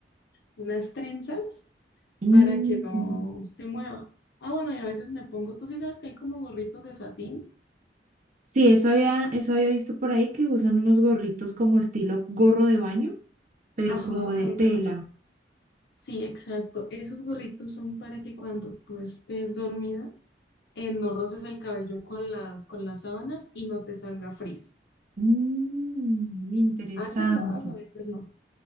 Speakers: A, on the left (about 65°); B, on the right (about 45°).
A: unas trenzas
B: Ujú.
A: para que no se mueva. Ah, bueno, y a veces me pongo, tú sí sabes que hay como gorritos de satín.
B: Sí, eso había, eso había visto por ahí que usan unos gorritos como estilo gorro de baño, pero
A: Ajá,
B: como de
A: algo
B: tela.
A: así. Sí, exacto. Esos gorritos son para que cuando tú estés dormida, eh, no roces el cabello con las, con las sábanas y no te salga frizz.
B: Mm, interesante.
A: A veces lo hago, a veces no.